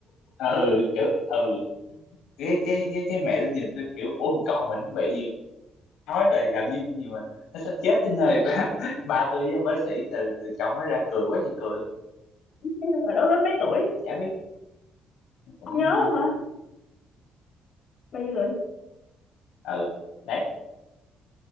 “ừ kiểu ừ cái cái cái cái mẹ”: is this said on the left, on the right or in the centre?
Left